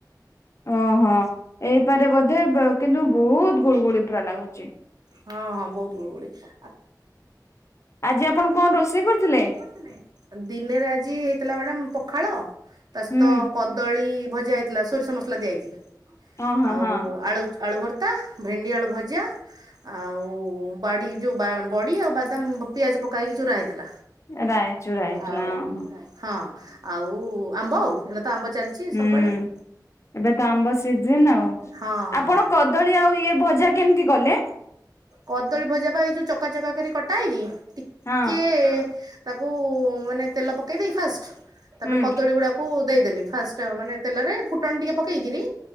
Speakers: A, on the left; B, on the right.
A: ଓହୋ ଏଇପାରେ ବୋଧେ କିନ୍ତୁ ବହୁତ ଗୁଡୁ ଗୁଡି ପୁରା ଲାଗୁଛି।
B: ହଁ, ହଁ, ବହୁତ ଗୁଡ ଗୁଳି ଆ।
A: ଆଜି ଆପଣ କଣ ରୋଷେଇ କରିଥିଲେ?
B: ଦିନେରେ ଆଜି ହେଇଥିଲା ମ୍ୟାଡାମ୍ ପଖାଳ ତା ସହିତ
A: ହୁଁ
B: କଦଳୀ ଭଜା ହେଇ ଥିଲା ସୋରିଷ ମସଲା ଦିଆକି
A: ଓ ହଁ
B: ଆଉ
A: ହଁ।
B: ଆଳୁ ଆଳୁ ଭର୍ତ୍ତା, ଭେଣ୍ଡି ଆଳୁ ଭଜା। ଆଉ ବାଡ଼ି ଯୋଉ ବଡ଼ି ଆଉ ଏକଦମ ପିଆଜ ପକେଇକି ଚୁରୁର ହେଇଥିଲା,
A: ରାଇଚୁ ରାଇଚୁଲା
B: ଆଉ।
A: ଓ
B: ହଁ, ଆଉ ଆମ୍ବ ଆଉ। ହେ ତ ଆମ୍ବ ଚାଲିଛି
A: ହୁଁ
B: ସବୁବେଳେ ଆଉ
A: ଏବେ ତ ଆମ୍ବ ସିଜିନ ଆଉ।
B: ହଁ।
A: ଆପଣ
B: ହଁ
A: କଦଳୀ ଆଉ ଇଏ ଭଜା କେମିତି କଲେ?
B: କଦଳୀ ଭଜା ବା ଏଇ ଯୋଉ ଚକା ଚକା କରି କଟା ହେଇକି ଟିକେ।
A: ହଁ
B: ତାକୁ ମାନେ ତେଲ ପକେଇଦେଇ ଫାଷ୍ଟ। ତାପରେ,
A: ହୁଁ
B: କଦଳୀ ଗୁଡାକୁ ଦେଇଦେଲି ଫାଷ୍ଟ। ମାନେ ତେଲରେ ଫୁଟଣ ଟିକେ ପକେଇକିରି